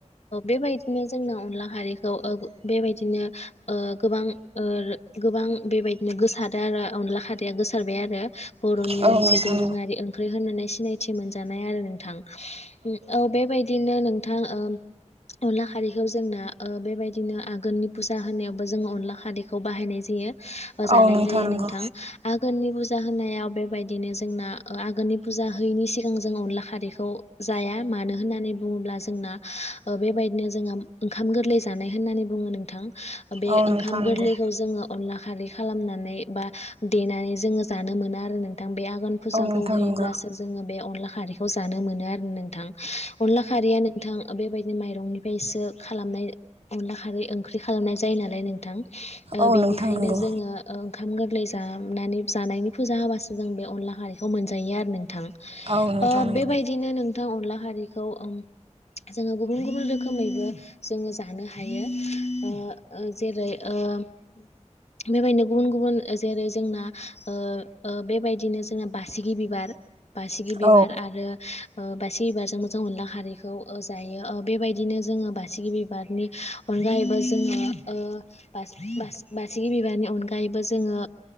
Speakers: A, on the left (about 60°); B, on the right (about 55°).
A: बेबायदिनो जोंना अनला खारिखौ ओ बेबायदिनो गोबां। ओ गोबां बेबायदिनो गोसारो आरो अनला खारियै गोसारबाय आरो। बर'नि
B: औ
A: मोनसे
B: नोंथां
A: दोरोङारि ओंख्रि होननानै सिनायथि मोनजानाय आरो नोंथां। औ बेबायदिनो नोंथां ओ अनला खारैखौ जोंना ओ बेबायदिनो आघोननि फुजा होनायावबो जोङो अनला खारै। बेखौ बाहायनाय जायो जानाय
B: औ
A: जायो
B: नंगौ
A: नोंथां। आघोननि बुजा होनायाव बेबायदिनो जोंना आघोननि बुजा हैयैनि सिगां जों अनला खारैखौ। जाया मानो होननानै बुङोब्ला जोंना ओ बेबायदिनो जोंङो ओंखाम गोरलै जानाय होननानै बुङो नोंथां बे
B: औ नोंथां
A: ओंखाम
B: नंगौ
A: गोरलै। जोंङो अनला खारै खालामनानै बा देनानै जानो मोनो आरो नोंथां बे आघोन। फुजाखौ
B: औ नोंथां
A: होयोब्लासो
B: नंगौ
A: जोङो बे अनला खारैखौ जानो मोनो आरो नोंथां। अनला खारिया नोंथां। बेबायदि माइरंनिफ्रायसो खालामनाय अनला खारै ओंख्रि खालामनाय जायो नालाय नोंथां। ओ
B: औ
A: बेनिखायनो
B: नोंथां नंगौ
A: जोंङो। ओ गोरलै जानानै जानायनि फुजा होबासो जों बे अनला खारैखौ मोनजायो आरो नोंथां।
B: औ नोंथां
A: ओ
B: नंगौ
A: बेबायदिनो नोंथां अनला खारिखौ। जोङो गुबुन गुबुन रोखोमैबो। जोङो जानो हायो ओ जेरै ओ बेबायदिनो गुबुन गुबुन जेरै जोंना ओ ओ बेबायदिनो जोंना बासिगि बिबार। बासिगि बिबार
B: औ
A: आरो। बासिगि बिबारजों मोजां अनला खारैखौ ओ जायो ओ बेबायदिनो जोङो बासिगि बिबारनि। अनला एबाजोङो ओ बास बास। बासिगि बिबारनि अनगायैबो जोङो